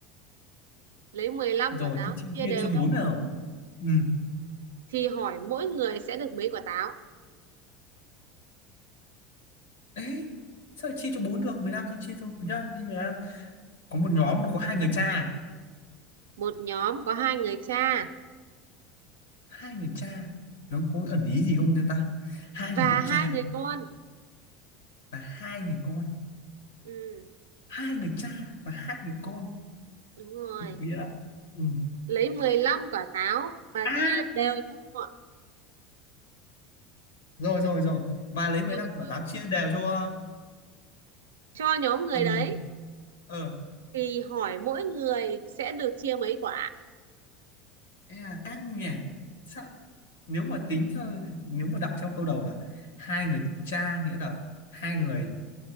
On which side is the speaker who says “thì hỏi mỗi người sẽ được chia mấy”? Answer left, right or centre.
Right